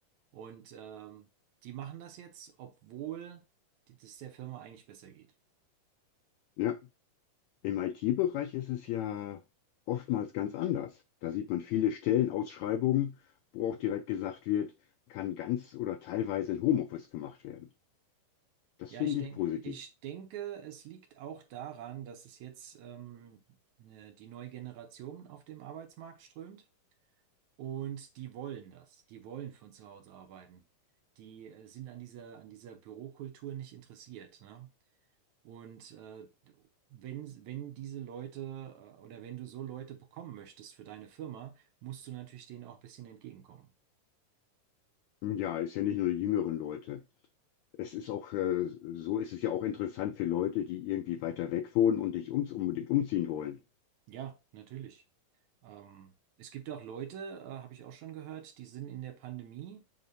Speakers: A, on the right; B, on the left.
A: Und ähm, die machen das jetzt, obwohl die- das der Firma eigentlich besser geht.
B: Ja, im IT-Bereich ist es ja oftmals ganz anders. Da sieht man viele Stellenausschreibungen, wo auch direkt gesagt wird, kann ganz oder teilweise in Homeoffice gemacht werden. Das
A: Ja,
B: finde
A: ich denke,
B: ich positiv.
A: ich denke, es liegt auch daran, dass es jetzt ähm, äh, die neue Generation auf dem Arbeitsmarkt strömt. Und die wollen das. Die wollen von zu Hause arbeiten. Die äh, sind an dieser, an dieser Bürokultur nicht interessiert, ne? Und äh, wenn, wenn diese Leute äh, oder wenn du so Leute bekommen möchtest für deine Firma, musst du natürlich denen auch ein bisschen entgegenkommen.
B: Ja, ist ja nicht nur die jüngeren Leute. Es ist auch, äh, so ist es ja auch interessant für Leute, die irgendwie weiter weg wohnen und nicht ums unbedingt umziehen wollen.
A: Ja, natürlich. Ähm, es gibt auch Leute, äh, habe ich auch schon gehört, die sind in der Pandemie,